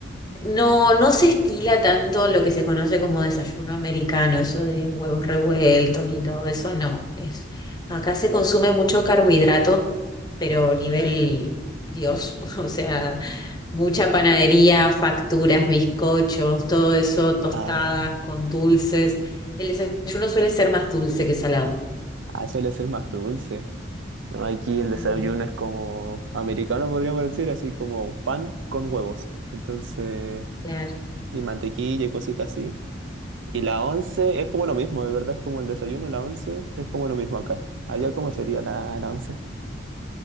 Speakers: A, on the left; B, on the right.
A: no, no se estila tanto lo que se conoce como desayuno americano, eso de huevos revueltos y todo eso, no. Es, acá se consume mucho carbohidrato, pero nivel Dios, <laughs> o sea, mucha panadería, facturas, bizcochos, todo eso, tostadas
B: ah,
A: con dulces. El desayuno suele ser más dulce que salado.
B: ah, suele ser más dulce. No, aquí el
A: Ujú,
B: desayuno es como americano, podríamos decir, así como pan con huevos. Entonces,
A: claro.
B: y mantequilla y cositas así. Y la once es como lo mismo, de verdad es como el desayuno, la once es como lo mismo acá. Allá, ¿cómo sería la, la once?